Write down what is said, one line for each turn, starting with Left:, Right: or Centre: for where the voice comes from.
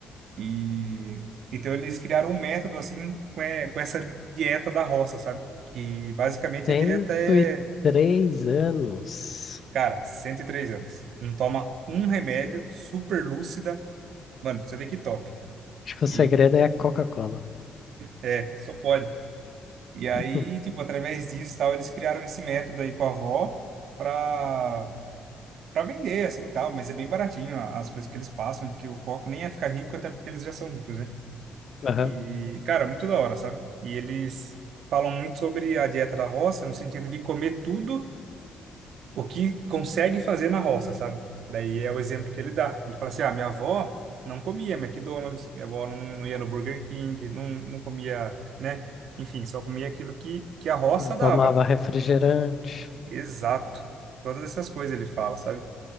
Right: E então eles criaram um método assim com, é- com essa dieta da roça, sabe? Que basicamente
Left: cento
Right: a dieta é,
Left: e três anos.
Right: cara, 103 anos. Não toma um remédio, super lúcida. Mano, pra você vê que top.
Left: Acho que o
Right: E
Left: segredo é a Coca-Cola.
Right: é, só pode. E aí,
Left: <laughs> Hum,
Right: tipo, através disso, tal, eles criaram esse método aí com a avó pra para vender assim, tal, mas é bem baratinho a- as coisas que eles passam, porque o foco nem é ficar rico, até porque eles já são ricos, né?
Left: Aham.
Right: E, cara, muito da hora, sabe? E eles falam muito sobre a dieta da roça, no sentido de comer tudo o que consegue fazer na roça, sabe? Daí é o exemplo que ele dá. Ele fala assim: ah, minha avó não comia McDonald's, minha avó não, não ia no Burger King, não, não comia, né? Enfim, só comia aquilo que, que a roça
Left: Não tomava
Right: dava.
Left: refrigerante.
Right: Exato. Todas essas coisas ele fala, sabe?